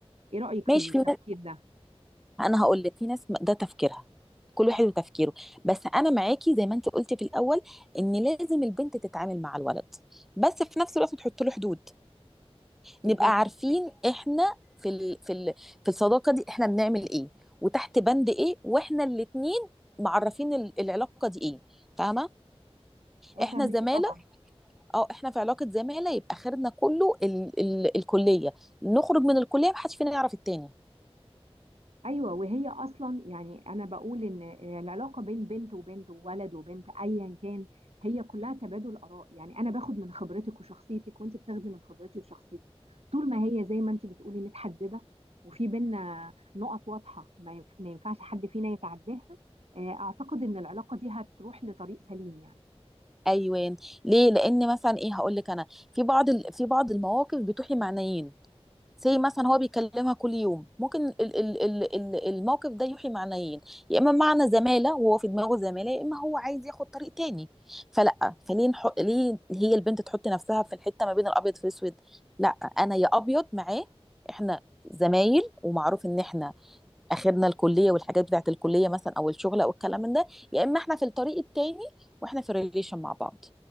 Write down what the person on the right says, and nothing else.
ايه رايك
في التفكير
ده
بالظبط
اه
فاهميكي
طبعا
ايوه وهي اصلا يعني انا بقول ان آه، العلاقه بين بنت وبنت وولد وبنت ايا كان هي كلها تبادل اراء يعني انا باخد من خبرتك وشخصيتك وانت بتاخدي من خبرتي وشخصيتي طول ما هي زي ما انت بتقولي متحدده وفي بينا نقط واضحه ما ينف- ما ينفعش حد فينا يتعداها آه، اعتقد ان العلاقه دي هتروح لطريق سليم يعني